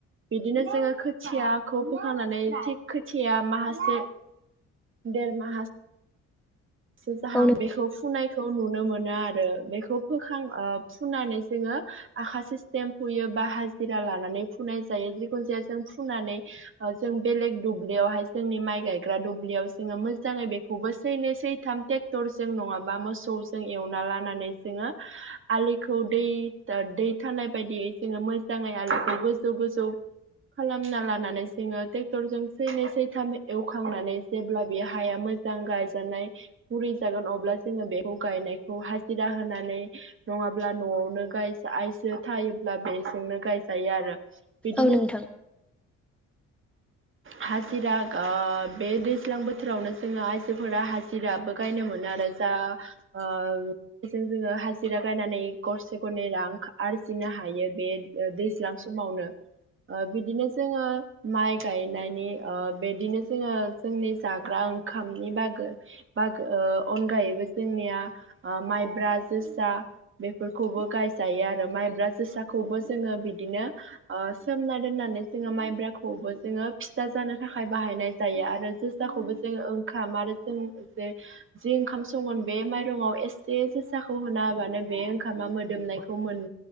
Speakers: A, on the right; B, in the centre.
A: बिदिनो जोंङो खोथियाखौ फोखांनानै थिग खोथिया माखासे देर माहास सो जाहां
B: नों
A: बेखौ फुनाय खौ नुनो मोनो आरो बेखौ फोखां ओ फुनानै जोंङो आखासे सेम्फुयो बा हाजिरा लानानै फुनाय जायो जिखुन जाया जों फुनानै जों बेलेग दुब्लियावहाय जोंनि माइ गायग्रा दुब्लियाव जोंङो मोजाङै बेखौबो सैनो सै थाम ट्रेक्टरजों नङाबा मोसौजों एवना लानानै जोंङो आलिखौ दै दै थानाय बायदियै जोंङो मोजाङै आलिखौ गोजौ गोजौ खालामना लानानै जोंङो ट्रेक्टरजों सैनै सैथाम एवखांनानै जेब्ला बे हाया मो मोजां गायजानाय गुरै जागोन अब्ला जोंङो बेखौ गायनायखौ हाजिरा होनानै नङाब्ला न'आवनो गाइस आइजो थायोब्ला बेजोंनो गायजायो आरो। बिदिनो
B: औ नोंथां। <inaudible>
A: हाजिरा ओ बे दैज्लां बोथोरावनो जोंङो आइजोफोरा हाजिराबो गायनो मोनो आरो। दा ओ बेजों जोंङो हाजिरा गायनानै गरसे गरनै रां आरजिनो हायो बे ओ दैज्लां समावनो ओ बिदिनो जोंङो माइ गायनायनि ओ बिदिनो जोंङो जोंनि जाग्रा ओंखामनि बागै बाग ओ अनगायैबो जोंनिया माइब्रा जोसा बेफोरखौबो गायजायो आरो माइब्रा जोसाखौबो जोंङो बिदिनो ओ सोमना दोननानै जोंङो माइब्रा खौबो जोंङो फिथा जानो थाखाय बाहायनाय जायो आरो जोसाखौबो जोंङो ओंखाम आरो जों जे जि ओंखाम संगोन बे माइरंआव एसे जोसाखौ होना होबानो बे ओंखामा मोदोमनायखौ मोन